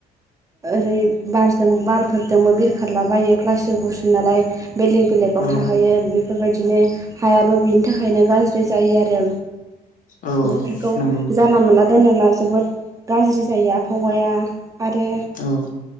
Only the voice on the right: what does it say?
ओरै बारजों बारफोरजोंबो बिरखारलाबायो प्लास्टिक बुस्सु नालाय बेलेग बेलेग आव
थाहैयो बेफोरबायदिनो हायाबो बेनि थाखायनो गाज्रि जायो आरो।
बेफोरखौ
जानला मोनला दोनोब्ला जोबोद गाज्रि जायो आबहावाया। आरो